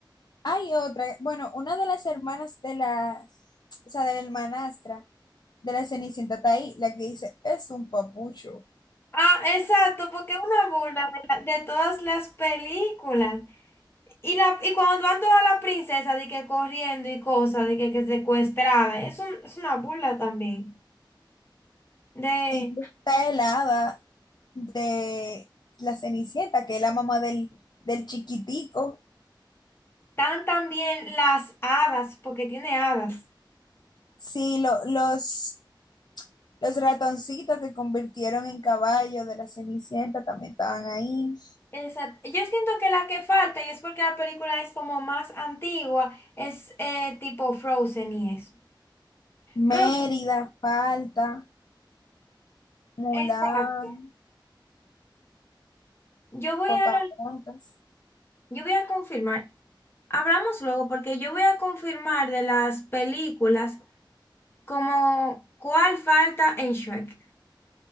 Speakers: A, on the left; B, on the left.
A: Hay otra, bueno, una de las hermanas de la, o sea, de la hermanastra de la Cenicienta está ahí, la que dice, es un papucho.
B: Ah, exacto, porque es una burla de, la- de todas las películas. Y la, y cuando van todas las princesas de que corriendo y cosas, de que, que secuestrada, es un- es una burla también. De,
A: Incluso está el hada de la Cenicienta, que es la mamá del, del chiquitico.
B: tan también las hadas, porque tiene hadas.
A: Sí, lo- los, los ratoncitos que convirtieron en caballo de la Cenicienta también estaban ahí.
B: Exacto. Yo siento que la que falta, y es porque la película es como más antigua, es eh, tipo Frozen y eso. Pero,
A: Mérida,
B: bueno,
A: Falta, Mulán,
B: exacto. Yo voy
A: Pocahontas.
B: a, yo voy a confirmar. Hablamos luego porque yo voy a confirmar de las películas como cuál falta en Shrek.